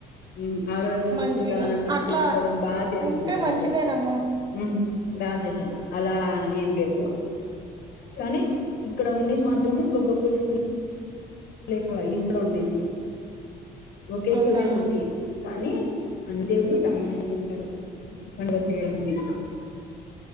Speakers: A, on the left (about 65°); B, on the right (about 25°).
A: మ్మ్ ఆ రోజు
B: మంచిగా
A: చుట్టాలనందుకు
B: అట్లా
A: పిలుచుకోవడం బా చేసుకుంటారు
B: ఉంటే
A: అది
B: మంచిదేనమ్మా
A: కూడా మ్మ్ బా చేసారు అలా అనేం లేదు కానీ ఇక్కడ ఉండేది మాత్రము ఒక కులుస్తుల్ లేక ఈవుల ఉండేది ఒకే
B: అవునా
A: కులమే ఉంది కానీ అన్ని దేవులు సమానం చూస్తారు పండగ చేయడం అని